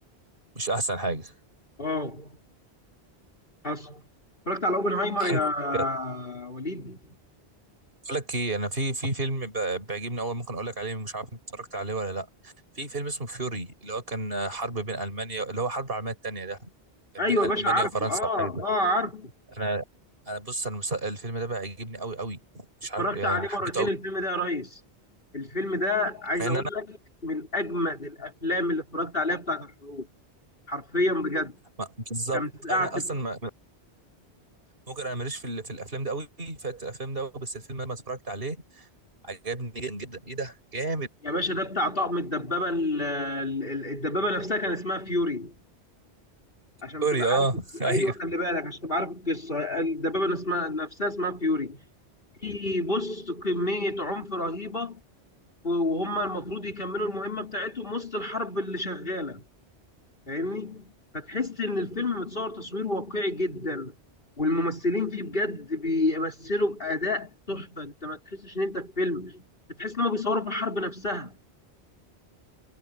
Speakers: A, on the right; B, on the left.
A: مش احسن حاجه
B: اه حصل اتفرجت على اوبنهايمر
A: عندك
B: يا وليد
A: اقول لك ايه انا في في فيلم ب- بيعجبني قوي ممكن اقول لك عليه مش عارف انت اتفرجت عليه ولا لا في فيلم اسمه فيوري اللي هو كان حرب بين المانيا اللي هو حرب العالميه الثانيه ده كان
B: ايوه
A: بين
B: يا
A: المانيا
B: باشا عارفه
A: وفرنسا
B: اه
A: او حاجه زي
B: اه
A: كده
B: عارفه
A: انا انا بص انا المسا- الفيلم ده بيعجبني قوي قوي مش
B: اتفرجت
A: عارف يعني
B: عليه
A: حبيته
B: مرتين
A: قوي
B: الفيلم ده يا ريس الفيلم ده عايز
A: مع ان
B: اقول
A: انا
B: لك من اجمد الافلام اللي اتفرجت عليها بتاعت الحروب حرفيا بجد
A: ما- <laughs> بالظبط
B: كانت قعدت
A: انا اصلا ما ممكن انا ماليش في ال- في الافلام ده قوي فات الافلام ده قوي بس الفيلم ده لما اتفرجت عليه عجبني جدا جدا ايه ده جامد
B: يا باشا ده بتاع طقم الدبابه ال- ال- الدبابه نفسها كان اسمها فيوري عشان
A: فيوري
B: تبقى
A: اه
B: عارف
A: <laughs> ايوه
B: ايوه خلي بالك عشان تبقى عارف القصه الدبابه اسمها نفسها اسمها فيوري في بص كميه عنف رهيبه وهم المفروض يكملوا المهمه بتاعتهم وسط الحرب اللي شغاله فاهمني فتحس ان الفيلم متصور تصوير واقعي جدا والممثلين فيه بجد بيمثلوا باداء تحفه انت ما تحسش ان انت في فيلم بتحس ان هم بيصوروا في الحرب نفسها